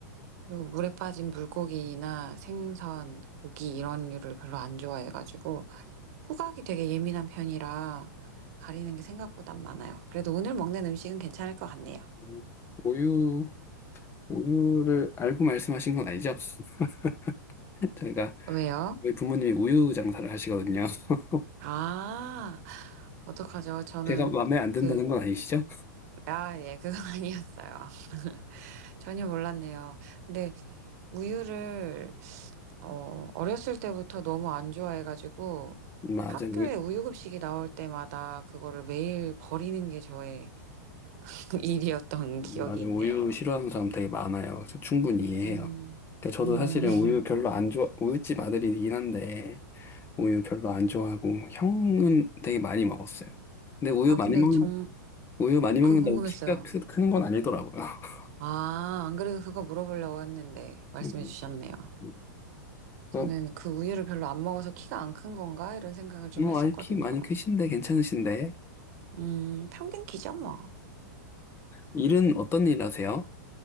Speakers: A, on the right (about 55°); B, on the left (about 25°).
A: 그리고 물에 빠진 물고기나 생선, 고기 이런 류를 별로 안 좋아해가지고, 후각이 되게 예민한 편이라 가리는 게 생각보다 많아요. 그래도 오늘 먹는 음식은 괜찮을 것 같네요.
B: 음, 우유, 우유를 알고 말씀하신 건 아니죠? <laughs> 저희가,
A: 왜요?
B: 저희 부모님이 우유 장사를 하시거든요. <laughs>
A: 아, 어떡하죠? 저는
B: 제가 마음에 안
A: 그,
B: 든다는 건 아니시죠?
A: 아, 예, 그건 <laughs> 아니었어요. 전혀 몰랐네요. 근데 우유를, 어, 어렸을 때부터 너무 안 좋아해가지고
B: 맞아요.
A: 학교에
B: 우유,
A: 우유급식이 나올 때마다 그거를 매일 버리는 게 저의 <laughs> 일이었던
B: 맞아요.
A: 기억이 있네요.
B: 우유 싫어하는 사람 되게 많아요. 그래서 충분히 이해해요.
A: 음,
B: 그러니까 저도
A: 음.
B: 사실은
A: <laughs>
B: 우유 별로 안 좋아, 우유집 아들이긴 한데, 우유 별로 안 좋아하고 형은 되게 많이 먹었어요. 근데 우유
A: 아, 근데
B: 많이 음, 먹는
A: 정,
B: 우유 많이
A: 그
B: 먹는다고
A: 궁금했어요.
B: 키가 크, 크는 건 아니더라고요. <laughs>
A: 아, 안 그래도 그거 물어보려고 했는데 말씀해
B: 음,
A: 주셨네요.
B: 음.
A: 저는
B: 그래서
A: 그 우유를 별로 안 먹어서 키가 안 큰 건가? 이런 생각을 좀
B: 뭐
A: 했었거든요.
B: 아니 키 많이 크신데 괜찮으신데
A: 음, 평균 키죠, 뭐.
B: 일은 어떤 일 하세요?